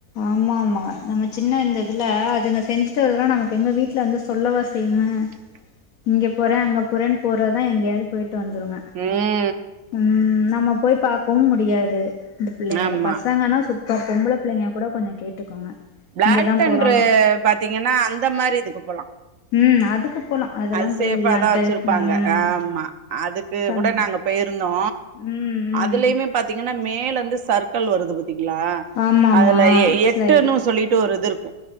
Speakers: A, on the left; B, on the right.
A: ஆமாமா நம்ம சின்ன இந்த இதுல அதுங்க செஞ்சுட்டு வரதுல்லா நமக்கு எங்க வீ ட்ல வந்து சொல்லவா செய்யுங்க
B: <inaudible>
A: இங்க போறே அங்கே போறன் போறதா எங்கயாவது போய்ட்டு வந்துருங்க
B: ம்
A: ம் நம்ம போய் பாக்கவு முடியாது இந்த பிள்ளைங்கள
B: ஆமா
A: பசங்கனா சுத் பா பொம்பள புள்ளைங்க கூட கொஞ்சோ கேட்டுக்கோங்க
B: ப்ளாக்
A: இங்கதா
B: தன்று
A: போறோம்
B: பாத்தீங்கன்னா அந்த மாரி இதுக்கு போலா
A: ம் அதுக்கு போலாம் அதெல்லாம்
B: அது சேஃபாதா
A: போய் விளாண்ட்டு
B: வச்சிருப்பாங்க
A: ம்
B: ஆமா அதுக் உ
A: சந்
B: கூட நாங்க போய்ருந்தோ
A: ம்
B: அதுலயுமே
A: ம்
B: பத் த்தீங்கன்னா மேலந்து சர்க்கள் வருது பத்தீங்ளா
A: ஆமா ஆமா
B: அதுல எ
A: ஸ்லைடு
B: எட்டு நூஸ் சொல்லிட்டு ஒரு இது இருக்கு